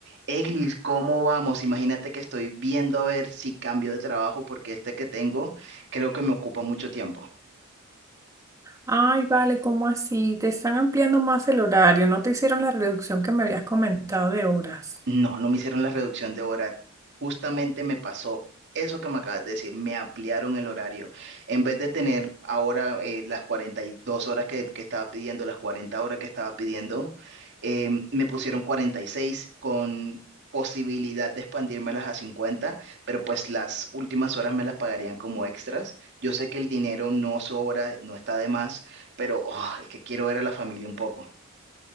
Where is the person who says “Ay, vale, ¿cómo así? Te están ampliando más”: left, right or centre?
Right